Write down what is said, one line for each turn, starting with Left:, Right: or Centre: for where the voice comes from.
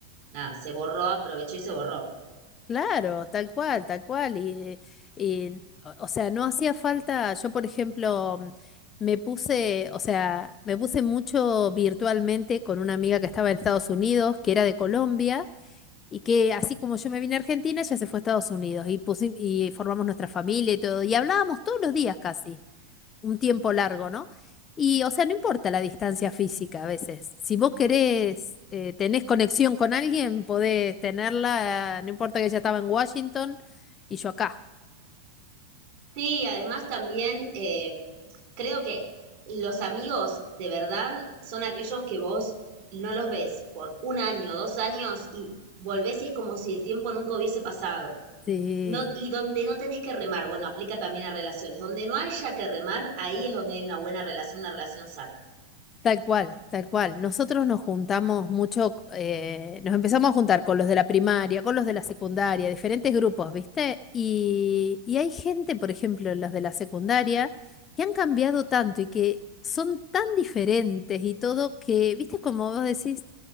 Right: nada, se borró, aprovechó y se borró.
Left: Claro, tal cual, tal cual. Y, y, o o sea, no hacía falta, yo por ejemplo, mm, me puse, o sea, me puse mucho virtualmente con una amiga que estaba en Estados Unidos, que era de Colombia, y que así como yo me vine a Argentina, ella se fue a Estados Unidos y, pusi- y formamos nuestra familia y todo, y hablábamos todos los días casi un tiempo largo, ¿no? Y, o sea, no importa la distancia física a veces. Si vos querés, eh, tenés conexión con alguien, podés tenerla, eh, no importa que ella estaba en Washington y yo acá.
Right: Sí, además también eh, creo que los amigos de verdad son aquellos que vos no los ves por un año, dos años y volvés y es como si el tiempo nunca hubiese pasado.
Left: Sí,
Right: No, y donde no tenés que remar, bueno, aplica también a relaciones. Donde no haya que remar, ahí es donde hay una buena relación, una relación sana.
Left: Tal cual, tal cual. Nosotros nos juntamos mucho, eh, nos empezamos a juntar con los de la primaria, con los de la secundaria, diferentes grupos, ¿viste? Y, y hay gente, por ejemplo, los de la secundaria, que han cambiado tanto y que son tan diferentes y todo que, ¿viste? Como vos decís,